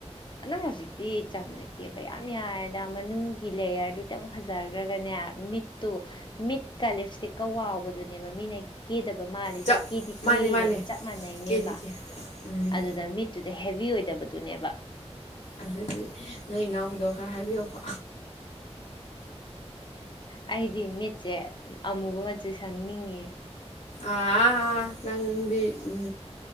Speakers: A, on the left; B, on the left.
A: ꯅꯪ ꯍꯧꯖꯤꯛꯇꯤ ꯆꯝꯅ ꯀꯦꯕ ꯌꯥꯝ ꯌꯥꯔꯦꯗ ꯃꯅꯨꯡꯒꯤ ꯂꯦꯌꯔꯗꯨ ꯇꯪ ꯐꯖꯒ꯭ꯔꯒꯅꯦ ꯃꯤꯠꯇꯨ ꯃꯤꯠ ꯀ ꯂꯤꯞꯁꯇꯤꯛꯀ ꯋꯥꯎꯕꯗꯨꯅꯦꯕ ꯃꯤꯅ ꯀꯦꯗꯕ ꯃꯥꯜꯂꯤꯁꯤ
B: ꯆꯞ
A: ꯀꯦꯗꯤ
B: ꯃꯥꯅꯦ
A: ꯀꯦꯔꯤꯅꯦꯕ
B: ꯃꯥꯅꯦ
A: ꯆꯞ ꯃꯥꯟꯅꯩꯅꯦꯕ
B: ꯀꯦꯗꯤ ꯀꯦ ꯎꯝ
A: ꯑꯗꯨꯗ ꯃꯤꯠꯇꯨꯗ ꯍꯦꯕꯤ ꯑꯣꯏꯗꯕꯗꯨꯅꯦꯕ
B: ꯑꯗꯨꯗꯤ ꯅꯣꯏ ꯏꯅꯥꯎꯄꯤꯗꯣ ꯈꯔ ꯍꯥꯏꯕꯤꯌꯣꯀꯣ
A: ꯑꯩꯗꯤ ꯃꯤꯠꯁꯦ ꯑꯃꯨꯕ ꯃꯆꯨ ꯁꯪꯅꯤꯡꯉꯤꯌꯦ
B: ꯑꯥ ꯅꯪꯗꯤ ꯎꯝ